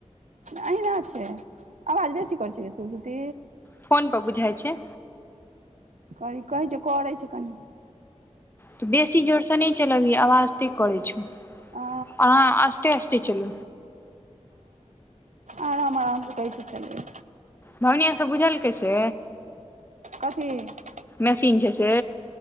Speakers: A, on the right; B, on the left.
A: अहिना छै आवाज बेसी करै छै सुत
B: फोन पर बुझाइ छ
A: करे कहै छै करै छै कन
B: तऽ बेसी जोर सँ नहि चलबी आबज ते करै छौ
A: आ
B: आँ आस्ते आस्ते चल
A: आराम आराम से कै छी छलल
B: भावनी सब बुझलकै से
A: कथ
B: मशीन छै स